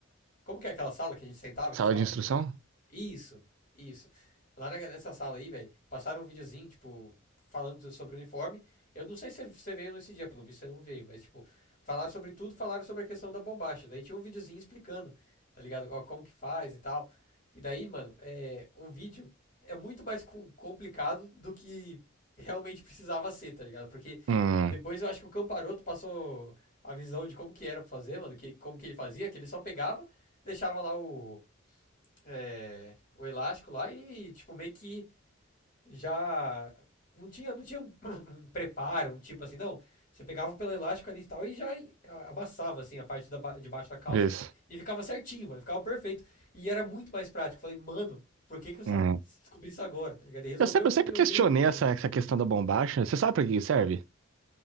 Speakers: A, on the left (about 40°); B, on the right (about 65°).
A: como que é aquela sala que a gente sentava,
B: Sala
A: que tirava.
B: de instrução?
A: o- Isso, isso. Lá na- nessa sala aí, velho, passaram um videozinho, tipo, falando sobre o uniforme. Eu não sei se você veio nesse dia, pelo visto você não veio, mas, tipo, falaram sobre tudo, falaram sobre a questão da bombacha. Daí tinha um videozinho explicando, tá ligado? Ó, como que faz e tal. E daí, mano, é, o vídeo é muito mais co- complicado do que realmente precisava ser, tá ligado? Porque
B: Hum,
A: depois eu acho que o Camparoto passou a visão de como que era pra fazer, mano, que, como que ele fazia, que ele só pegava deixava lá o, é, o elástico lá e, tipo, meio que já não tinha, não tinha um, <coughs> preparo, um tipo assim, não. Você pegava pelo elástico ali e tal e já amassava, assim, a parte da, de baixo da calça
B: isso.
A: e ficava certinho, mano, ficava perfeito. E era muito mais prático. Falei, mano, por que que eu só
B: Hum.
A: descobri isso agora, tá ligado? E resolveu
B: Eu sempre, eu sempre
A: e eu
B: questionei
A: usei o ano inteiro.
B: essa, essa questão da bombacha. Você sabe pra que serve?